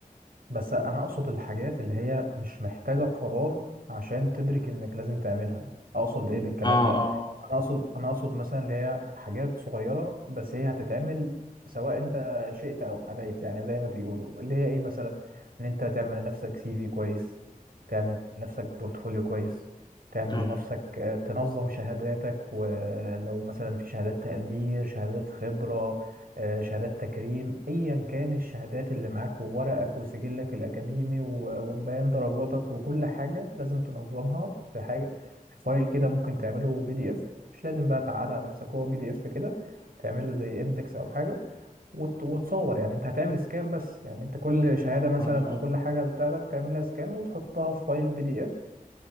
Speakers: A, on the right (about 85°); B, on the left (about 30°).
A: بس انا اقصد الحاجات اللي هي مش محتاجة قرار عشان تدرك انك لازم تعملها اقصد ايه بالكلام
B: اه
A: ده
B: اه
A: انا اقصد انا اقصد مثلا اللي هي حاجات صغيرة بس هي هتتعمل سواء انت شئت او ابيت يعني زي ما بيقولوا اللي هي ايه مثلا ان انت تعمل لنفسك سي في كويس تعمل لنفسك بورتفوليو كويس تعمل
B: اه
A: لنفسك آه، تنظم شهاداتك ولو مثلا في شهادات تقدير شهادات خبرة آه، شهادات تكريم ايا كان الشهادات اللي معاك وورقك وسجلك الاكاديمي و- وبيان درجاتك وكل حاجه لازم تنظمها في حاجه في فايل كده ممكن تعمله بي دي اف مش لازم بقى تعقد على نفسك هو بي دي اف كده تعمل له زي اندكس او حاجه وت- وتصور يعني انت هتعمل سكان بس يعني انت كل شهاده مثلا
B: اه آه.
A: او كل حاجه بتاعتك تعمل لها سكان وتحطها في فايل بي دي اف